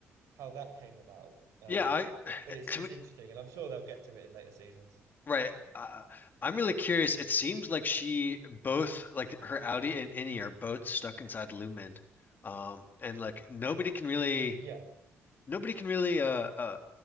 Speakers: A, on the right; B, on the left.
A: how that came about. Um,
B: Yeah. I, <sighs>
A: but it's
B: to
A: it's
B: me,
A: interesting, and I'm sure they'll get to it in later seasons.
B: right. Uh, I'm really curious. It seems like she both, like her Audi and Innie are both stuck inside Lumen. Um, and like nobody can really.
A: Yeah,
B: nobody can really uh, uh